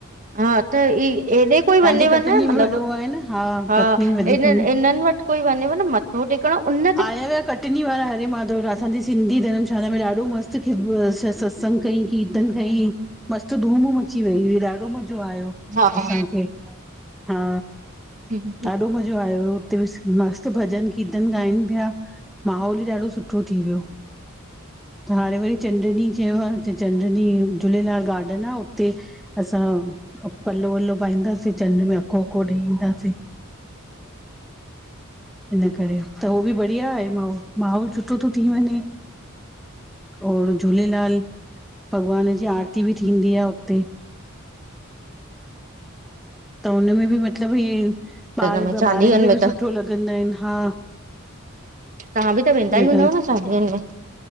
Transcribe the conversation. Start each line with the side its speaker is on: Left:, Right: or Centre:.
Right: हा। त, ई एॾे कोई वञेव
Centre: तव्हांजे कटनी
Right: न, मतलब
Centre: में वॾो आहे न
Right: हा,
Centre: कटनी में वधीक
Right: इननि
Centre: हूंदो
Right: इन्हनि वटि कोई वञे न मथो टेकण उन
Centre: आया हुिया कटनी वारा हरे माधव, असांजी सिंधी धर्मशाला में, ॾाढो मस्तु <unintelligible> सतसंग कई, कीर्तन कई, मस्तु धूम धूम अची वई हुई, ॾाढो मज़ो आयो।
Right: हा हा
Centre: असांखे हा।
Right: हिन
Centre: ॾाढो मज़ो आयो हुयो। उते मस्तु भॼन कीर्तन, ॻाइनि पिया माहौल ई, ॾाढो सुठो थी वियो। त हाणे वरी, चंड ॾींहुं चयो आहेे, चंड ॾींहुं झूलेलाल गार्डन आहे उते। असां पल्लो, वल्लो पाईंदासीं चंड में, अखो, अखो ॾेई ईंदासीं। इन करे त उहो बि बढ़िया आहे माहो, माहौल सुठो थो थी वञे। और झूलेलाल भॻवान जी आरती बि, थींदी आहे हुते। त हुनमें बि, मतलब ईअ
Right: में
Centre: ॿार
Right: चालीहनि
Centre: बि ॿारनि खे,
Right: में
Centre: बि
Right: त
Centre: सुठो लॻंदा आहिनि हा।
Right: तव्हां बि त, वेंदा
Centre: इन
Right: ई
Centre: करे
Right: हूंदव न शादीयनि मे!